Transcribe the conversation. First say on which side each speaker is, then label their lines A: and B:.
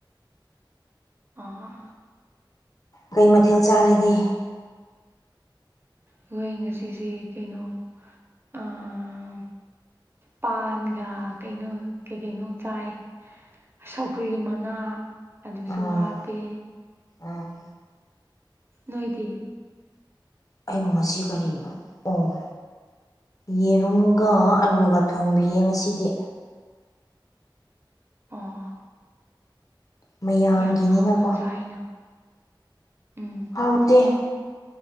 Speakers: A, on the right (about 30°); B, on the left (about 45°).
A: ꯑꯣ
B: ꯀꯩ ꯃꯊꯦꯜ ꯆꯥꯔꯒꯦ
A: ꯈꯣꯏ ꯉꯁꯤꯁꯤ ꯀꯩꯅꯣ ꯑꯥ ꯄꯥꯟꯒ ꯀꯩꯅꯣ ꯀꯩ ꯀꯩꯅꯣ ꯆꯥꯏ ꯁꯧꯒ꯭ꯔꯤ ꯃꯅꯥ ꯑꯗꯨꯁꯨ
B: ꯑꯥ
A: ꯍꯥꯞꯄꯦ
B: ꯑꯥ
A: ꯅꯣꯏꯗꯤ
B: ꯑꯩꯕꯨ ꯉꯁꯤ ꯀꯔꯤꯅꯣ ꯑꯣ ꯌꯦꯔꯨꯝꯒ ꯑꯂꯨꯒ ꯊꯣꯡꯕꯤꯌꯦ ꯉꯁꯤꯗꯤ
A: ꯑꯣ
B: ꯃꯌꯥꯝꯒꯤꯅꯤꯅꯀꯣ
A: ꯌꯥꯝ ꯍꯥꯎꯅ ꯆꯥꯏꯅ ꯎꯝ
B: ꯍꯥꯎꯇꯦ